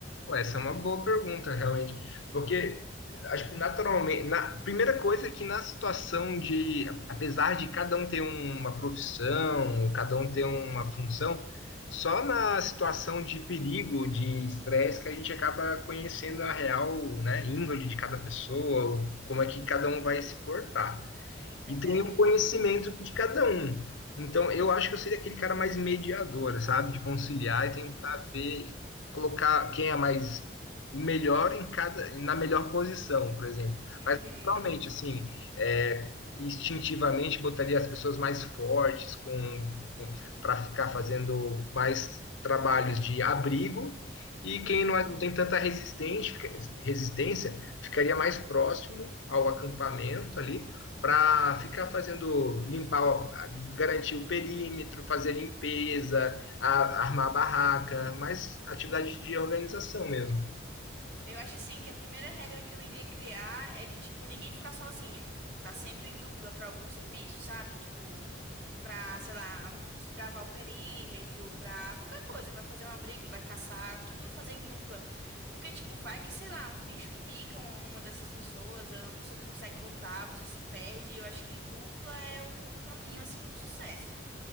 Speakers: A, on the left (about 85°); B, on the right (about 65°).
A: Pô, essa é uma boa pergunta, realmente. Porque acho que naturalmente, na primeira coisa é que na situação de, a- apesar de cada um ter uma profissão, ou cada um ter uma função, só na situação de perigo, de estresse, que a gente acaba conhecendo a real, né, índole de cada pessoa, ou como é que cada um vai se portar
B: Verdade.
A: e tem o conhecimento de cada um. Então, eu acho que eu seria aquele cara mais mediador, sabe? De conciliar
B: Hum.
A: e tentar ver, colocar quem é mais o melhor em cada, na melhor posição, por exemplo
B: Uhum,
A: normalmente assim, é, instintivamente botaria as pessoas mais fortes com, para ficar fazendo mais trabalhos de abrigo e quem
B: uhum,
A: não, é- não tem tanta resistente- fica- resistência ficaria mais próximo ao acampamento ali para ficar fazendo limpar, o- a- garantir o perímetro, fazer a limpeza, a- armar
B: uhum.
A: a barraca, mais atividade de organização mesmo.
B: Eu acho assim que a primeira regra que eu iria criar é de tipo ninguém ficar sozinho. Tá sempre em dupla para algum serviço, sabe? Tipo, pra, sei lá, desbravar o perímetro, pra qualquer coisa, vai fazer um abrigo, vai caçar, tudo fazer em dupla. Porque tipo, vai que, sei lá, um bicho pica uma uma dessas pessoas, ou você não consegue voltar, você se perde. Eu acho que em dupla é o caminho assim pro sucesso.